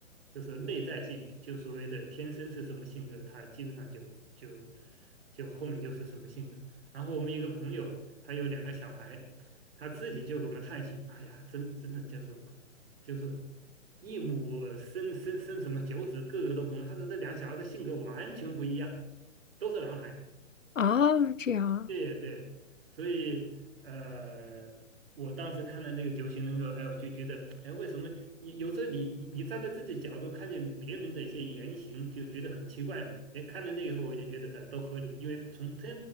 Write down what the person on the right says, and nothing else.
就是内在性，就所谓的天生是什么性格，它基本上就就就后面就是什么性格。然后我们一个朋友，他有两个小孩，他自己就给我们叹息：“哎呀，真真的就是就是一母生生生什么九子，个个都不同。”他说这两小孩的性格完全不一样，都是男孩。
对对，所以呃，我当时看了那个九型人格，哎，我就觉得，哎，为什么有有时候你你你站在自己角度看见别人的一些言行，就觉得很奇怪嘛？哎，看了那以后，我就觉得呃都合理，因为从他